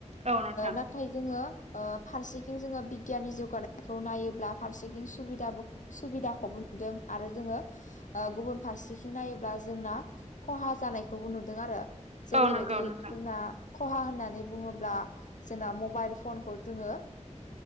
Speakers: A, on the right; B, on the left.
A: औ नोंथां
B: नाथाय जोङो फारसेथिं जोङो बिगियाननि जौगानायखौ नायोब्ला फारसेथिं सुबिदाबो सुबिदा हबो नुदों आरो जोङो गुबुन फारसेथिं नायोब्ला जोंना खहा जानायखौबो नुदों आरो जेरैबायदि
A: औ नंगौ नोंथां
B: जोंना खहा होननानै बुङोब्ला जोंना मबाइल फनखौ जोङो